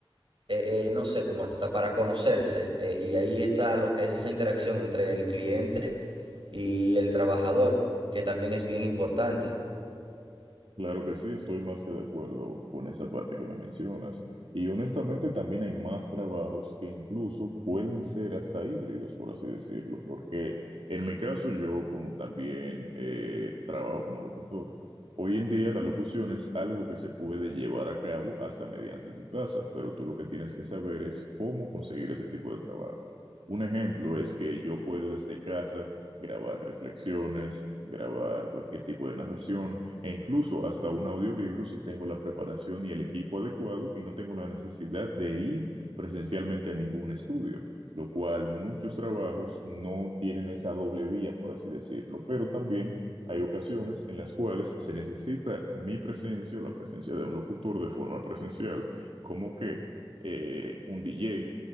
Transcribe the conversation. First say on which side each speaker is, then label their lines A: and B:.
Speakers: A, on the right; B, on the right.
A: eh, eh, no sé, como hasta para conocerse. eh, y ahí está lo que es esa interacción entre el cliente y el trabajador, que también es bien importante.
B: Claro que sí, estoy más que de acuerdo con esa parte que me mencionas. Y honestamente también hay más trabajos que incluso pueden ser hasta híbridos, por así decirlo, porque en mi caso yo como también eh, trabajo como locutor, hoy en día la locución es algo que se puede llevar a cabo hasta mediante tu casa, pero tú lo que tienes que saber es cómo conseguir ese tipo de trabajo. Un ejemplo es que yo puedo desde casa grabar reflexiones, grabar cualquier tipo de narración e incluso hasta un audiolibro si tengo la preparación y el equipo adecuado y no tengo la necesidad de ir presencialmente a ningún estudio, lo cual muchos trabajos no tienen esa doble vía, por así decirlo, pero también hay ocasiones en las cuales se necesita mi presencia o la presencia de un locutor de forma presencial, como que eh, un DJ,